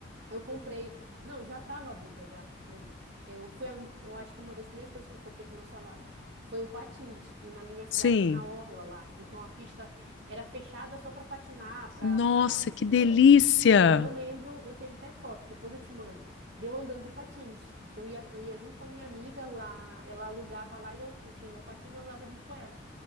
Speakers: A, on the right; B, on the left.
A: eu comprei. Não, já estava adulta já. Eu, eu foi, a- eu acho que uma das primeiras coisas que eu comprei com o meu salário foi um patins. E na minha cidade
B: Sim.
A: tinha orla lá. Então a pista era fechada só para patinar, para
B: Nossa,
A: para bicicleta.
B: que delícia!
A: E aí eu lembro, eu tenho até foto, depois eu te mando. Deu andando de patins. Eu ia, eu ia junto com a minha amiga lá, ela alugava lá e eu, eu tinha meu patins, eu andava junto com ela.